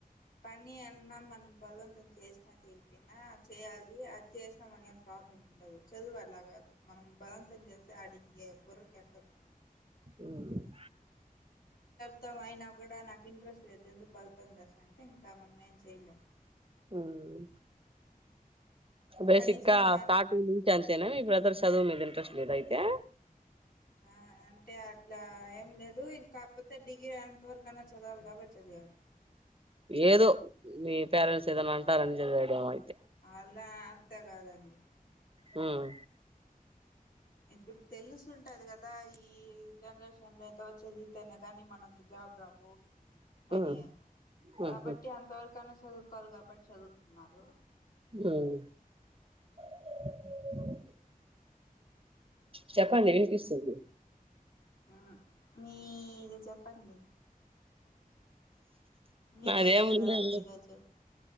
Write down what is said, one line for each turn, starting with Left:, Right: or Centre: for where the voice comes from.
Left: పని అన్నా మనం బలం వంతం చేసినా చేయకపోయినా చేయాలి అది చేసినా మన ఏం ప్రాబ్లం ఉండదు చదువు అలా కాదు మనం బలంతం చేస్తే అడికి బర్రకు ఎక్కదు
Right: ఉమ్
Left: మొత్తం అయినా కూడా నాకు ఇంట్రెస్ట్ లేదు ఎందుకు బలివతం చేస్తా అంటే ఇంకా మనం ఏం చేయలేం
Right: ఉమ్ బేసిక్
Left: కనీసం
Right: గా
Left: ఆ
Right: స్టార్టింగ్ నుంచి అంతేనా మీ బ్రదర్స్ చదువు మీద ఇంట్రెస్ట్ లేదైతే
Left: అ అంటే అట్లా ఏం లేదు ఇం కాకపోతే డిగ్రీ అంతవరకు అన్నా చదవాలి కాబట్టి చదివాడు
Right: ఏదో మీ పేరెంట్స్ ఏదైనా అంటారు అని చదివాడేమో
Left: అలా అంత కాదం డి
Right: మ్మ్
Left: ఇప్పుడు తెలుసు ఉంటది కదా ఈ జనరేషన్ లో ఎంత వరకి చదువితేనే కానీ మనకి జాబ్ రావు అని
Right: ఉమ్ ఉమ్
Left: కాబట్టి అంతవరకన్న చదువు కోవాలి కాబట్టి చదువుకున్నారు.
Right: హ్మ్ చెప్పండి వినిపిస్తుంది
Left: ఆ మీ ది చెప్ ప్పండి మీ
Right: నాదేముందండి
Left: డే ఎలా ఉంది ఈరోజు